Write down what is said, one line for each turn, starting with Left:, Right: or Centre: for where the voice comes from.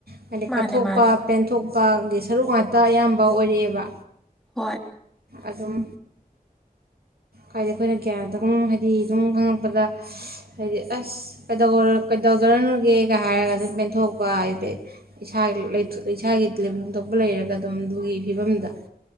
Right: ꯍꯥꯏꯗꯤ
Centre: ꯃꯥꯅꯦ
Right: ꯀꯠꯊꯣꯛꯄ
Centre: ꯃꯥꯅꯦ
Right: ꯄꯦꯟꯊꯣꯛ ꯅꯨꯄꯥꯒꯤ ꯁꯔꯨꯛ ꯉꯥꯛꯇ ꯑꯌꯥꯝꯕ ꯑꯣꯏꯔꯛꯑꯦꯕ
Centre: ꯍꯣꯏ
Right: ꯑꯗꯨꯝ ꯍꯥꯏꯗꯤ ꯑꯩꯈꯣꯏꯅ ꯀꯌꯥꯗꯝ ꯍꯥꯏꯗꯤ ꯑꯗꯨꯝ ꯈꯪꯉꯛꯄꯗ ꯍꯥꯏꯗꯤ ꯑꯁ ꯀꯩꯗꯧꯗꯔꯅꯨꯒꯦꯒ ꯍꯥꯏꯔꯒ ꯑꯗꯨꯝ ꯄꯦꯟꯊꯣꯛꯄ ꯍꯥꯏꯗꯤ ꯏꯁꯥꯒꯤ ꯏꯁꯥꯒꯤ ꯂꯩꯐꯝ ꯊꯣꯛꯄ ꯂꯩꯔꯒ ꯑꯗꯨꯝ ꯑꯗꯨꯒꯤ ꯐꯤꯕꯝꯗ